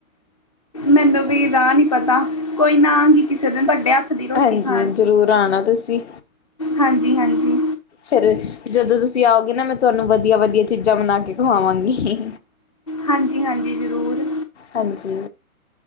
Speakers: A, on the left; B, on the left.
A: ਮੈਨੂੰ ਵੀ ਰਾਹ ਨੀ ਪਤਾ ਕੋਈ ਨਾ ਕੀ ਕਿਸੇ ਦੇ ਵੱਡੇ ਹੱਥ। ਦੀ ਰੋਟੀ
B: ਹਾਂਜੀ,
A: ਖਾਣ
B: ਜ਼ਰੂਰ ਆਣਾ ਤੁਸੀਂ।
A: ਹਾਂਜੀ ਹਾਂਜੀ
B: ਫਿਰ ਜਦੋਂ ਤੁਸੀਂ ਆਓਗੇ ਨਾ ਮੈਂ ਤੁਹਾਨੂੰ ਵਧੀਆ ਵਧੀਆ ਚੀਜ਼ਾਂ ਬਣਾ ਕੇ ਖਵਾਵਾਂਗੀ।
A: ਹਾਂਜੀ, ਹਾਂਜੀ ਜ਼ਰੂਰ।
B: ਹਾਂਜੀ।